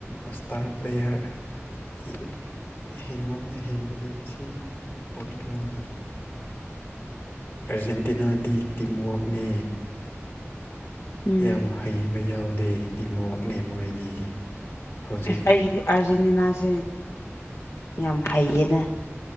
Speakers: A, on the left; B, on the left.
A: ꯏꯁꯇꯥꯔ ꯄ꯭ꯂꯦꯌꯥꯔ ꯌꯤ ꯍꯦꯟꯃꯟꯅꯤ ꯍꯦꯟꯕꯅꯤ ꯁꯤ ꯄꯣꯔꯇꯨꯒꯜꯅ ꯑꯥꯔꯖꯦꯟꯇꯤꯅꯥꯗꯤ ꯇꯤꯝ ꯋꯥꯛꯅꯦ
B: ꯎꯝ
A: ꯌꯥꯝ ꯍꯩꯕ ꯌꯥꯎꯗꯦ ꯇꯤꯝ ꯋꯥꯛꯅꯦ ꯃꯣꯏꯗꯤ ꯍꯧꯖꯤꯛ
B: ꯑꯁ ꯑꯩꯒꯤꯗꯤ ꯑꯥꯔꯖꯦꯟꯇꯤꯅꯥꯁꯦ ꯌꯥꯝ ꯍꯩꯌꯦꯅꯦ